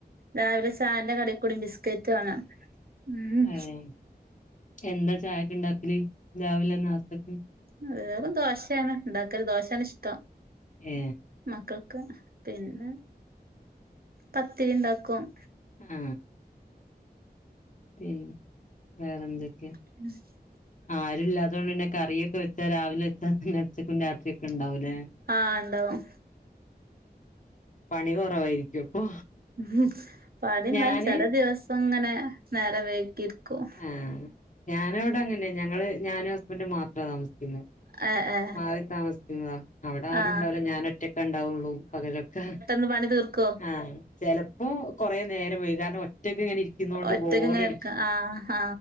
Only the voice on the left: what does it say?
ഏഹ് എന്താ ചായക്കൊണ്ടാക്കല് രാവിലെ ഹസ്
ഏ
ആ പിന്നെ വേറെന്തൊക്ക്യാ
ആരും ഇല്ലാതൊണ്ടന്നെ കറിയൊക്കെ വെച്ചാ രാവിലെ വെച്ചാ തന്നെ ഉച്ചക്കും രാത്രിയൊക്കെയൊണ്ടാവൂലേ.
പണി കൊറവായിരിക്കും അപ്പൊ.
ഞാന്
ആ ഞാനിവിടെ അങ്ങനെയാ ഞങ്ങള് ഞാനും ഹസ്ബൻഡും മാത്രാ താമസിക്കുന്നെ.
മാറിതാമസിക്കുന്നതാ അവിടെ ആരും
ഉണ്ടാവൂല്ല ഞാൻ ഒറ്റൊക്കെണ്ടാവുള്ളൂ പകലൊക്കെ.
ആ ചെലപ്പോ കൊറെനേരം വൈകും കാരണം ഒറ്റക്കിങ്ങനെ ഇരിക്കുന്നൊണ്ട്
ബോറടി